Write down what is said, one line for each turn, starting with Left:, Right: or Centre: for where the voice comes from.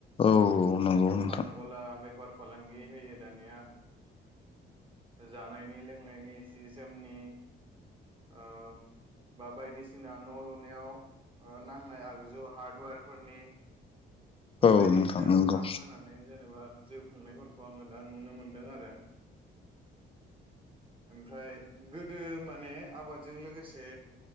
Left: औ औ नंगौ
Right: दखान
Left: नोंथां।
Right: गला बेफार फालांगि होयो दानिया जानायनि लोंनायनि सि जोमनि ओ बा बायदिसिना न' लुनायाव ओ नांनाय आगजु हार्डवेरफोरनि बा
Left: औ
Right: बायदिसिना
Left: नोंथां नंगौ
Right: दखान होनानै जेनेबा जिउ खुंनायफोरखो आङो दा नुनो मोनदों आरो ओमफ्राय गोदो माने आबादजों लोगोसे